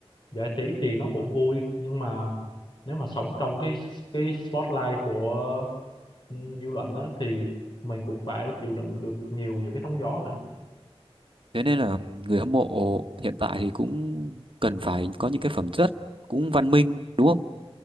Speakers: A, on the left (about 50°); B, on the right (about 55°).
A: giải trí thì nó cũng vui nhưng mà nếu mà sống trong cái cái spotlight của ừ, dư luận á thì mình cũng phải chịu đựng được nhiều những cái sóng gió nữa
B: Thế nên là người hâm mộ hiện tại thì cũng cần phải có những cái phẩm chất cũng văn minh đúng không?